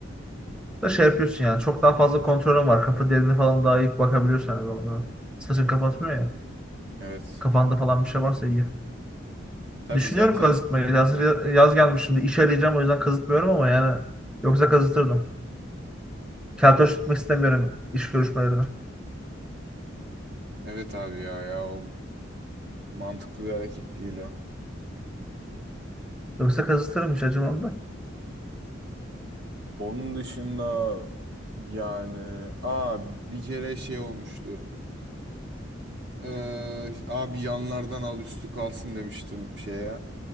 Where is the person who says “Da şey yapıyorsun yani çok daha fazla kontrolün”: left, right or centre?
Centre